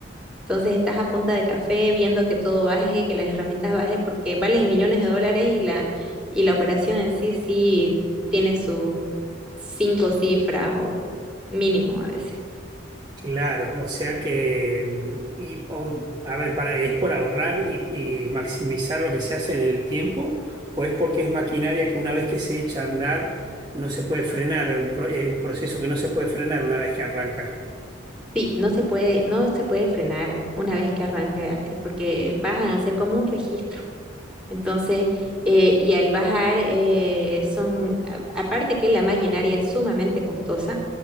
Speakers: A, in the centre; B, on the right.
A: Entonces estás a punta de café viendo que todo baje, que las herramientas baje porque valen millones de dólares y la, y la operación en sí sí tiene sus cinco cifras o mínimo a veces.
B: Claro, o sea que, mm, y, o- a ver, para, ¿es por ahorrar y, y maximizar lo que se hace en el tiempo? ¿O es porque es maquinaria que una vez que se echa a andar no se puede frenar? Un, pro- eh, un proceso que no se puede frenar una vez que arranca.
A: Sí, no se puede, no se puede frenar una vez que arranca, eh, porque vas a hacer como un registro. Entonces, eh, y al bajar eh, son, a- aparte que la maquinaria es sumamente costosa,